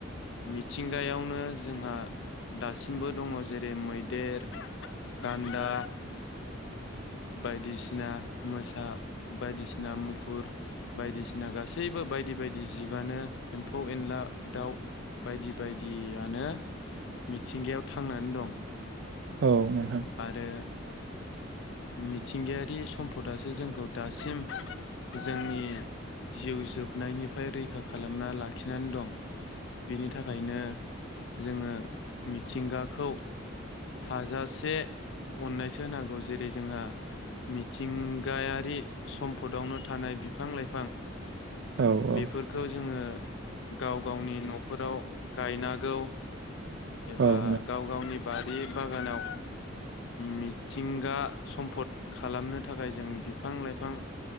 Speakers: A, on the left; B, on the right.
A: मिथिंगायावनो जोंहा दासिमबो दङ जेरै मैदेर गान्दा बायदिसिना मोसा बायदिसिना मुफुर बायदिसि ना गासैबो बायदि बायदि जिबआनो एम्फौ एनला दाउ बायदि बायदियानो मिथिंगायाव थांनानै दं
B: औ नोंथां
A: आरो मिथिंगायारि सम्पदासो जोंखौ दासिम जोंनि जिउ जोबनायनिफ्राय रैखा खालामना लाखिनानै दं बेनि थाखायनो जोंङो मिथिंगाखौ हाजासे अननायसो होनागौ जेरै जोंहा मिथिंगायारि सम्पदावनो थानाय बिफां लाइफां
B: औ औ
A: बेफोरखौ जोंङो गाव गावनि नखराव गायनांगौ एबा
B: औ नोंथां
A: गाव गावनि बाद बे बागानाव मिथिंगा सम्फद खालामनो थाखाय जों बिफां लाइफां